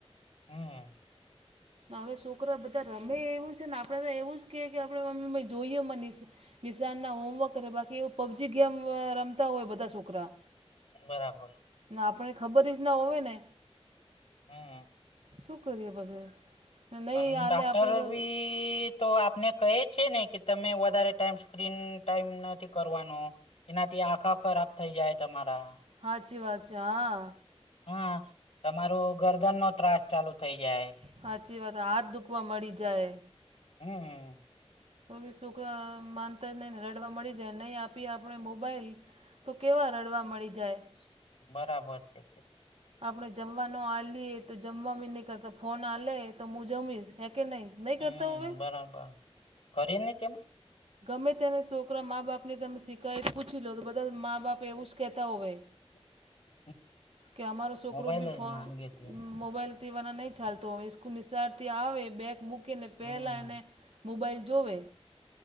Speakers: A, on the left (about 65°); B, on the right (about 70°).
A: હમ.
B: હવે, છોકરા બધા રમે એવું છે ને, આપણે તો એવું જ કે, કે આપણે મમ્મી જોઈએ મનીશ. નિશાનના હોમવર્ક કરે, બાકી એવ પબજી ગેમ રમતા હોય, બધા છોકરા.
A: બરાબર.
B: ના આપણને ખબર જ ના હોય ને.
A: હમ.
B: શું કરીએ પછી નહીં
A: પણ
B: હાલે
A: ડાક્ટર
B: આપણે તો
A: બી તો આપણે કહી છે ને, કે તમે વધારે ટાઈમ સ્ક્રીન ટાઈમ નથી કરવાનો. એનાથી આખા ખરાબ થઇ જાય, તમારા.
B: સાાચી વાત છે, હા.
A: હા, તમારું ગરદનનો ત્રાસ ચાલુ થઇ જાય.
B: સાચી વાત, હાથ દુખવા મળી જાય.
A: હમ, હમ.
B: તો બી સુખ માનતા નહીને, રડવા મળી જાય નહી આપી, આપણે મોબાઈલ તો કેવા રડવા મળી જાય.
A: બરાબર છે.
B: આપણે જમવા ન આલીએ તો, જમવા નહી કરતા, ફોન આલે તો, હું જમીશ હે કે નહીં. નહીં
A: હમ,
B: કરતા હવે
A: બરાબર કરી નહી તેમ.
B: ગમે તેને છોકરા મા બાપને, તમે શીખાયત પૂછી લો, તો બધા મા-બાપ એવું જ કહેતા હોય.
A: <unintelligible>
B: કે અમારો છોકરો
A: મોબાઈલ
B: બી ફો
A: જ માંગે તે
B: મોબાઈલ વા નહી ચાલતો, કુલ નિશારથી આવે, બેગ મૂકીને પહેલા
A: હમ
B: એને મોબાઈલ જોવે.